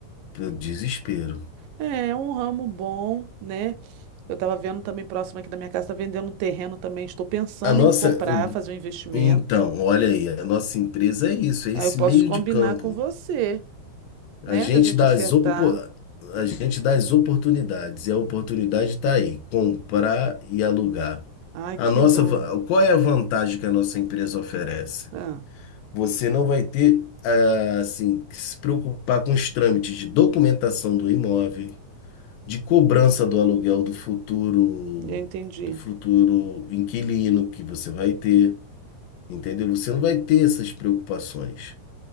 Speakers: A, on the left; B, on the right.
A: Eu desespero.
B: É, é um ramo bom, né? Eu tava vendo também próximo aqui da minha casa, tá vendendo um terreno também. Estou pensando
A: A nossa,
B: em comprar, fazer um investimento.
A: Então, olha aí, a nossa empresa é isso, é esse
B: Aí eu posso
A: meio
B: combinar
A: de campo.
B: com você,
A: A
B: né?
A: gente
B: Da gente
A: dá
B: acertar.
A: as, opo- a gente dá as oportunidades, e a oportunidade está aí, comprar e alugar.
B: Ai,
A: A
B: que
A: nossa,
B: bom.
A: va- qual é a vantagem que a nossa empresa oferece?
B: Ah,
A: Você não vai ter, ah, assim, que se preocupar com os trâmites de documentação do imóvel, de cobrança do aluguel do futuro,
B: eu entendi.
A: do futuro inquilino que você vai ter entendeu? Você não vai ter essas preocupações.